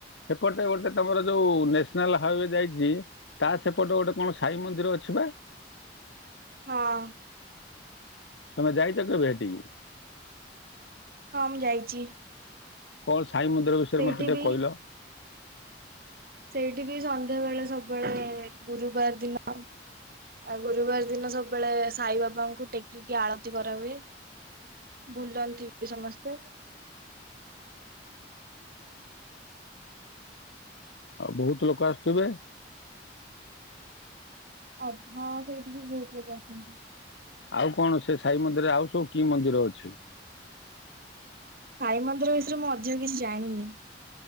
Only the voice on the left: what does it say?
ସେପଟେ ଗୋଟେ ତମର ଯୋଉ ନ୍ୟାସନାଲ ହାଇୱେ ଯାଇଛି ତା ସେପଟେ ଗୋଟେ କଣ ସାଇ ମନ୍ଦିର ଅଛି ବା।
ତମେ ଯାଇଛ କେବେ ହେଠିକି।
<unintelligible> ସାଇ ମନ୍ଦିର ବିଷୟରେ
ମତେ ଟିକେ
କହିଲ।
ଆଉ ବହୁତ ଲୋକ ଆସୁଥିବେ।
ଆଉ କଣ ସେ ସାଇ ମନ୍ଦିରରେ ଆଉ ସବୁ କି ମନ୍ଦିର ଅଛି।